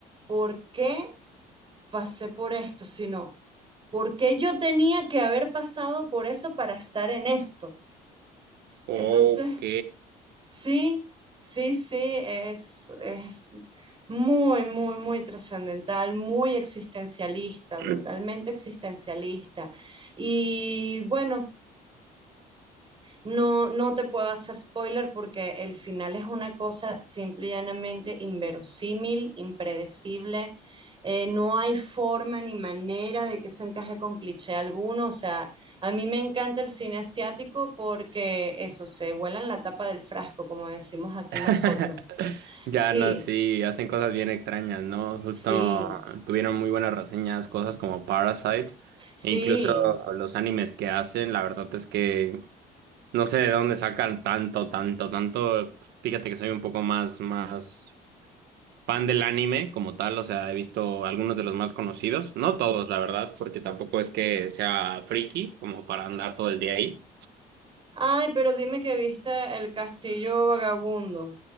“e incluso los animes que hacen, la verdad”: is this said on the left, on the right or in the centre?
Right